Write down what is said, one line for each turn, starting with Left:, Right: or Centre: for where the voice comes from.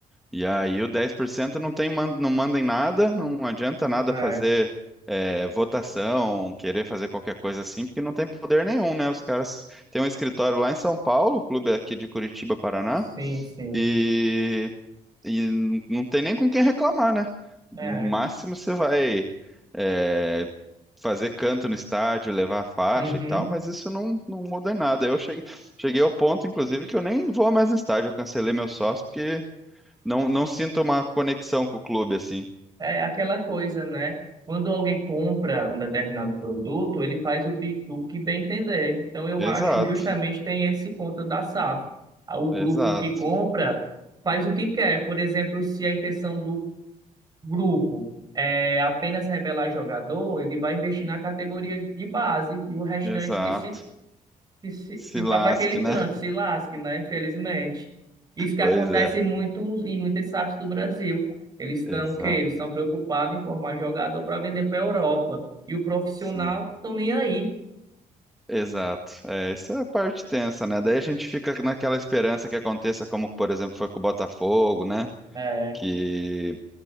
Centre: E aí o 10% não tem, man- não manda em nada, não adianta nada
Right: É,
Centre: fazer é, votação, querer fazer qualquer coisa assim, porque não tem poder nenhum, né? Os caras têm um escritório lá em São Paulo, o clube aqui de Curitiba, Paraná,
Right: sim, sim.
Centre: e, e n- não tem nem com quem reclamar, né? No
Right: É.
Centre: máximo você vai é, fazer canto no estádio, levar a faixa
Right: Uhum.
Centre: e tal, mas isso não, não muda em nada. Eu cheguei, cheguei ao ponto, inclusive, que eu nem vou mais no estádio, eu cancelei meu sócio, porque não, não sinto uma conexão com o clube, assim.
Right: É aquela coisa, né? Quando alguém compra um determinado produto, ele faz o, bi- o que bem entender. Então, eu
Centre: Exato,
Right: acho justamente tem esse contra da SAF. Ah, O grupo
Centre: exato,
Right: que compra faz o que quer. Por exemplo, se a intenção do grupo é apenas revelar jogador, ele vai investir na categoria de base e o restante
Centre: exato.
Right: que se que, se-
Centre: Se
Right: que vá
Centre: lasque,
Right: para aquele canto,
Centre: né? <laughs>
Right: se lasque, né? Infelizmente. Isso que acontece
Centre: Pois é,
Right: em muitos, em muitas SAFs do Brasil. Eles estão
Centre: exato,
Right: o quê? Eles estão preocupados em formar jogador para vender para a Europa. E o profissional
Centre: sim.
Right: estão nem aí.
Centre: Exato. É, isso é a parte tensa, né? Daí a gente fica naquela esperança que aconteça, como, por exemplo, foi com o Botafogo, né?
Right: É.
Centre: Que